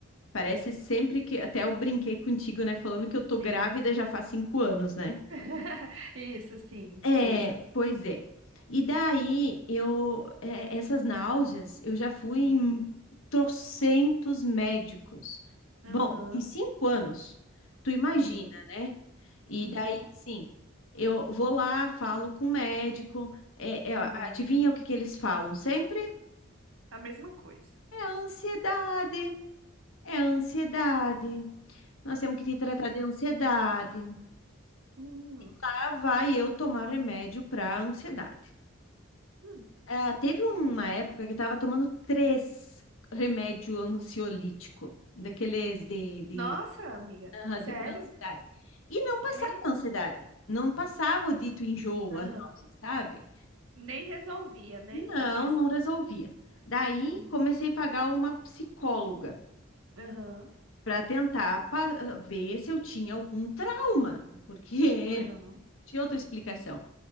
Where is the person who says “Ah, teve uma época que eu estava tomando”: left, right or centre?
Left